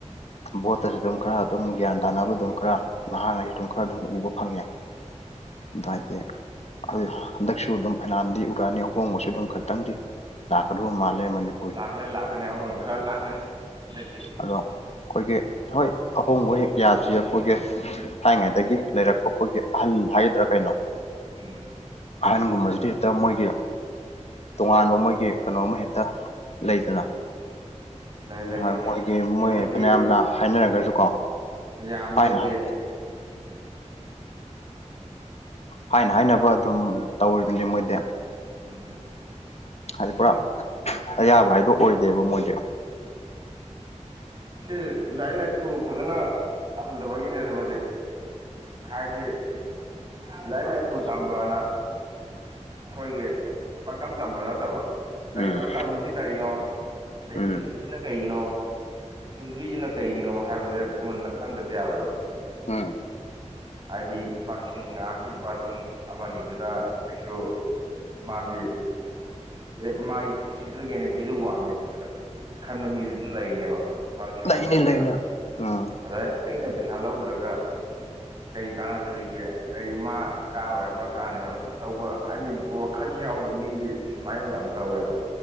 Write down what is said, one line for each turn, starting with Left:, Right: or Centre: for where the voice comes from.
Left: ꯕꯣꯠꯇꯁꯨ ꯑꯗꯨꯝ ꯈꯔ ꯑꯗꯨꯝ ꯒ꯭ꯌꯥꯟ ꯇꯅꯕ ꯑꯗꯨꯝ ꯈꯔ ꯅꯍꯥꯉꯩꯁꯨ ꯑꯗꯨꯝ ꯈꯔ ꯑꯗꯨꯝ ꯎꯕ ꯐꯪꯉꯦ ꯑꯗꯨ ꯍꯥꯏꯗꯤ ꯑꯗꯨ ꯍꯟꯗꯛꯁꯨ ꯑꯗꯨꯝ ꯐꯩꯅꯥꯝꯗꯤ ꯎꯔꯛꯑꯅꯤ ꯑꯍꯣꯡꯕꯁꯨ ꯑꯗꯨꯝ ꯈꯤꯇꯪꯗꯤ ꯂꯥꯛꯀꯗꯕ ꯃꯥꯜꯂꯦ ꯃꯅꯤ
Right: ꯂꯥꯛꯀꯅꯤ ꯂꯥꯛꯀꯅꯤ ꯑꯍꯣꯡꯕ ꯈꯔ ꯂꯥꯛꯀꯅꯤ ꯍꯟꯗꯛꯇꯤ
Left: ꯑꯗꯣ ꯑꯩꯈꯣꯏꯒꯤ ꯍꯣꯏ ꯑꯍꯣꯡꯕ ꯍꯦꯛ ꯌꯥꯗ꯭ꯔꯤ ꯑꯩꯈꯣꯏꯒꯤ ꯊꯥꯏꯉꯩꯗꯒꯤ ꯂꯩꯔꯛꯄ ꯑꯩꯈꯣꯏꯒꯤ ꯑꯍꯜ ꯍꯥꯏꯒꯗ꯭ꯔꯥ ꯀꯩꯅꯣ
Right: ꯎꯝ
Left: ꯑꯍꯟꯒꯨꯝꯕꯁꯤꯗꯤ ꯍꯦꯛꯇ ꯃꯣꯏꯒꯤ ꯇꯣꯉꯥꯟꯕ ꯃꯣꯏꯒꯤ ꯀꯩꯅꯣꯝꯃ ꯍꯦꯛꯇ ꯂꯩꯗꯅ
Right: ꯂꯩ ꯂꯩ
Left: ꯍꯣꯏ ꯃꯣꯏꯒꯤ ꯃꯣꯏ
Right: ꯃꯣꯏꯗꯤ
Left: ꯐꯅꯌꯥꯝꯅ ꯍꯥꯏꯅꯔꯒꯁꯨ ꯀꯣ
Right: ꯌꯥꯝ
Left: ꯍꯥꯢꯅꯍꯥ
Right: ꯃꯣꯏꯗꯤ
Left: ꯍꯥꯏꯅ ꯍꯥꯏꯅꯕ ꯑꯗꯨꯝ ꯇꯧꯔꯤꯗꯨꯅꯦ ꯃꯣꯏꯗꯤ
Right: ꯎꯝ
Left: ꯍꯥꯏꯗꯤ ꯄꯨꯔꯥ ꯑꯌꯥꯕ ꯍꯥꯏꯗꯣ ꯑꯣꯏꯗꯦꯕ ꯃꯣꯏꯗꯤ
Right: ꯁꯤ ꯂꯥꯏꯔꯤꯛ ꯂꯥꯏꯁꯨ ꯐꯖꯅ ꯇꯝꯗꯕꯒꯤꯅꯦꯗ ꯃꯁꯤ ꯍꯥꯏꯗꯤ ꯂꯥꯏꯔꯤꯛ ꯂꯥꯏꯁꯨ ꯇꯝꯕꯅ ꯑꯩꯈꯣꯏꯒꯤ ꯄꯛꯇꯝ ꯇꯝꯕꯗꯨ ꯅꯠꯇꯕ ꯀꯔꯤꯅꯣ
Left: ꯎꯝ
Right: ꯇꯝꯃꯤꯁꯤ ꯀꯔꯤꯅꯣ ꯑꯗ
Left: ꯎꯝ
Right: ꯍꯤꯡꯉꯤꯁꯤꯅ ꯀꯩꯒꯤꯅꯣ ꯍꯤꯡꯗꯨꯏꯖꯤꯅ ꯀꯩꯒꯤꯅꯣ ꯍꯥꯏꯕꯁꯦ ꯃꯨꯟꯅ ꯈꯪꯗꯗꯤ ꯌꯥꯔꯣꯏꯕ
Left: ꯎꯝ
Right: ꯍꯥꯏꯗꯤ ꯂꯨꯄꯥ ꯂꯤꯁꯤꯡ ꯉꯥꯏꯍꯥꯛꯀꯤ ꯂꯨꯄꯥ ꯂꯤꯁꯤꯡ ꯑꯃꯅꯤꯗꯨꯅ ꯀꯩꯁꯨ ꯃꯥꯒꯤ ꯑꯦꯞ ꯃꯥꯏ ꯄꯨꯟꯁꯤꯗꯨꯗꯒꯤ ꯍꯦꯟꯅꯥ ꯚꯦꯂꯨ ꯋꯥꯡꯉꯦ ꯑꯅ ꯈꯟꯕ ꯃꯤꯁꯨ ꯑꯗꯨꯝ ꯂꯩꯅꯦꯕ ꯂꯨꯄꯥ ꯂꯤꯁꯤꯡ
Left: ꯂꯩꯅꯤ
Right: ꯑꯃꯅꯤꯗꯨꯅ
Left: ꯂꯩꯅꯤ ꯎꯝ
Right: ꯑꯗ ꯑꯩꯅ ꯄꯩꯁꯥ ꯂꯧꯗ꯭ꯔꯒ ꯀꯩ ꯀꯥꯟꯅꯗꯣꯔꯤꯒꯦ ꯀꯩ ꯃꯥ ꯀꯥꯔꯣꯏ ꯍꯥꯏꯕ꯭ꯔꯥ ꯀꯥꯅꯦ ꯍꯥꯏꯕ꯭ꯔꯥ ꯁꯨꯝ ꯇꯧꯕ ꯍꯥꯏꯗꯤ ꯋꯥꯈꯜ ꯌꯥꯎꯗ ꯃꯤꯒꯤ ꯁꯨꯃꯥꯏꯅ ꯃꯌꯥꯝ ꯇꯧꯋꯦꯕ